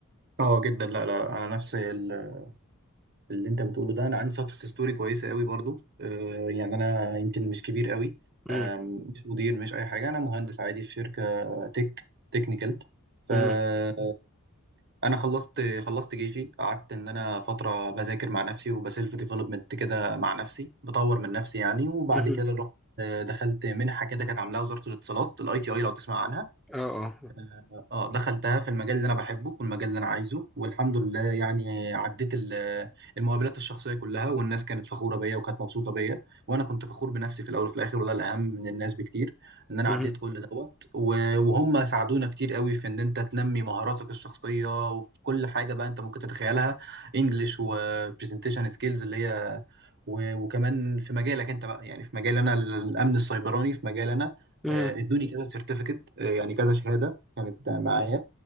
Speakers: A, on the right; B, in the centre.
A: اه جدا لا لا لا، انا نفس ال- اللي انت بتقوله ده انا عندي سكسس ستوري كويسه قوي برضو آه، يعني انا يمكن مش كبير قوي
B: مم،
A: آم، مش مدير مش اي حاجه انا مهندس عادي في شركه تك تكنيكال فانا
B: مم،
A: خلصت خلصت جيشي قعدت ان انا فتره بذاكر مع نفسي وبسيلف ديفلوبمنت كده مع نفسي بطور من نفسي يعني وبعد
B: مم،
A: كده رحت آه، دخلت منحه كده كانت عاملاها وزاره الاتصالات الاي تي اي لو تسمع عنها
B: اه اه
A: اه آه، دخلتها في المجال اللي انا بحبه والمجال اللي انا عايزه والحمد لله يعني عديت ال- آه، المقابلات الشخصيه كلها والناس كانت فخوره بيا وكانت مبسوطه بيا وانا كنت فخور بنفسي في الاول وفي الاخر وده الاهم من الناس بكتير ان انا
B: مم،
A: عديت كل دوت و- وهم ساعدونا كتير قوي في ان انت تنمي مهاراتك الشخصيه وفي كل حاجه بقى انت ممكن تتخيلها انجلش وبرزنتيشن سكيلز اللي هي و- وكمان في مجالك انت بقى يعني في مجال انا الامن السيبراني في مجال انا
B: مم،
A: آه، ادوني كذا سيرتيفيكت يعني كذا شهاده كانت معايا